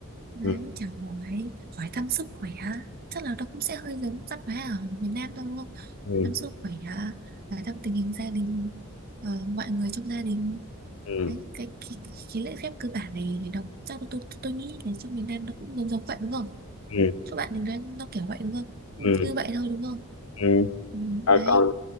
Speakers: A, on the right (about 40°); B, on the left (about 65°).
A: đấy
B: ừ
A: chào hỏi hỏi thăm sức khỏe chắc là nó cũng sẽ hơi giống văn hóa ở miền Nam thôi, đúng không
B: ừ
A: thăm sức khỏe hỏi thăm tình hình gia đình ờ, mọi người trong gia đình
B: ừ
A: đấy cái, cái, cái lễ phép cơ bản này thì nó chắc là tôi tôi nghĩ là trong miền Nam nó cũng giống giống vậy đúng không
B: ừ
A: các bạn nên nói nó kiểu vậy đúng không Ừ,
B: ừ.
A: cứ vậy thôi đúng không
B: ừ.
A: ừ,
B: Ờ,
A: đấy
B: còn